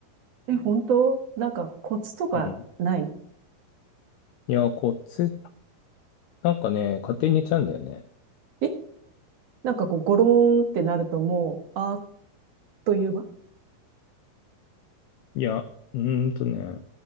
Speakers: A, on the right (about 65°); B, on the left (about 75°).
A: え、本当なんかコツとかない
B: うん。いや、こっち、なんかね、勝手に寝ちゃうんだよね。
A: えなんかこう、ゴローンってなるともう、あっという間
B: いや、うーんとね、